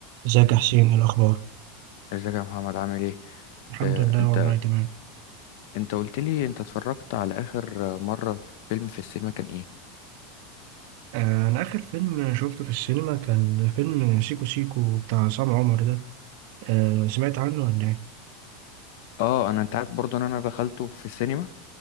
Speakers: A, on the right (about 55°); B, on the left (about 60°).
A: ازيك يا حسين ايه الاخبار
B: ازيك يا محمد عامل ايه
A: الحمد
B: آه،
A: لله
B: انت
A: والله تمام
B: انت قلت لي انت اتفرجت على اخر آه، مره في فيلم في السينما كان ايه
A: آه، انا اخر فيلم شفته في السينما كان فيلم سيكو سيكو بتاع عصام عمر ده آه، سمعت عنه ولا ايه
B: اه انا انت عارف برضو ان انا دخلته في السينما